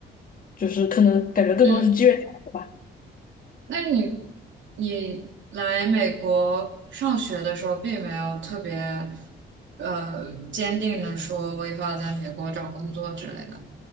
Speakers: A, on the left; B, on the right.
A: 就是可能感觉更多的是机缘巧合吧。
B: 嗯，那你你来美国上学的时候，并没有特别呃坚定的说我以后要在美国找工作之类的。